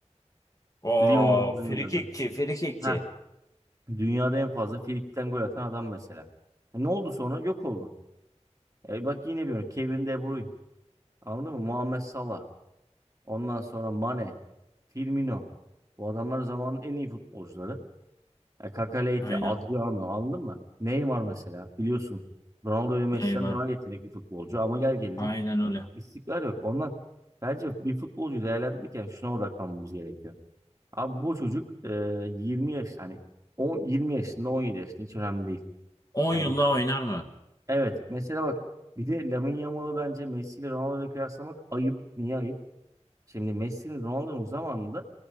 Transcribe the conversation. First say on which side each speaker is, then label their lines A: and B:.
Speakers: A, on the left; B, on the right.
A: Oo,
B: Lyon'da Evet. falan
A: frikikçi,
B: oynadı.
A: frikikçi.
B: Heh. Dünyada en fazla Frikik'ten gol atan adam mesela. E, ne oldu sonra? Yok oldu. E, bak yine bir örnek. Kevin De Bruyne. Anladın mı? Muhammed Salah. Ondan sonra Mane. Firmino. Bu adamlar zamanın en iyi futbolcuları. E, Kaka Leite,
A: Aynen.
B: Adriano anladın mı? Neymar mesela. Biliyorsun Ronaldo ve Messi'den
A: Neymar.
B: daha yetenekli futbolcu ama gel gelelim
A: Aynen öyle.
B: istikrar yok. Ondan bence bir futbolcuyu değerlendirirken şuna odaklanmamız gerekiyor. Abi bu çocuk e, 20 yaş hani 10, 20 yaşında 17 yaşında hiç önemli değil.
A: On
B: Yani
A: yıl daha oynar mı?
B: Evet mesela bak bir de Lamine Yamal'ı bence Messi ile Ronaldo ile kıyaslamak ayıp. Niye ayıp? Şimdi Messi'nin Ronaldo'nun zamanında